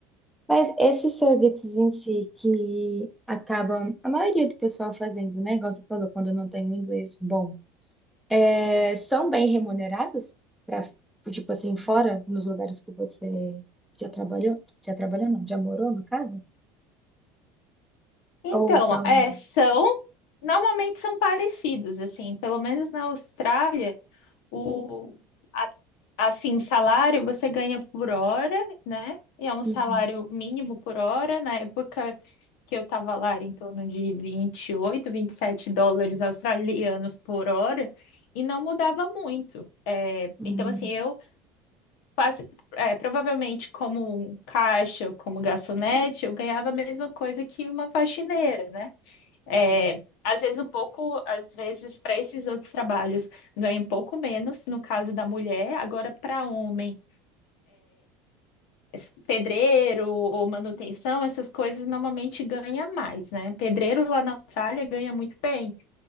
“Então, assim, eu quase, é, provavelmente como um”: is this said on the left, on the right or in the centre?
Left